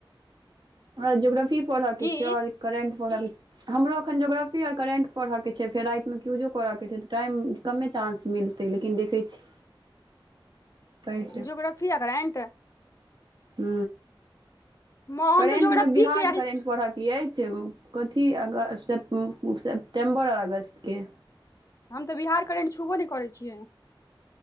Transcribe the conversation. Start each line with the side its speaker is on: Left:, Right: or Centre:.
Right: ओके ज्योग्रफी पढ़े के
Left: की
Right: छै और करेंट पढ़े के छै हमरो अखन जोग्राफी आर करेंट पढ़ऽ के छै फेर रातिमे क यूजो करऽ के छै तऽ टाइम कमे चांस मिल ते लेकिन देखै छी पढ़ि
Left: जोग्राफी आ करेंट
Right: ह
Left: हम
Right: करेंट
Left: तऽ जोग्रफी
Right: मे बिहार के
Left: हम
Right: करेंट पढ़त की अछि कथी अ सेप्टेम्बर आओर अगस्तके
Left: हम त बिहार करंट छुबो नहि करै छियै